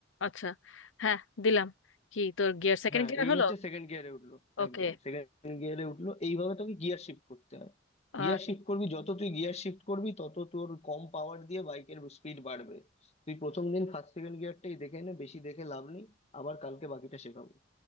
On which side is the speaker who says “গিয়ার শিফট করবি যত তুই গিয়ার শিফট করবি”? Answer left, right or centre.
Left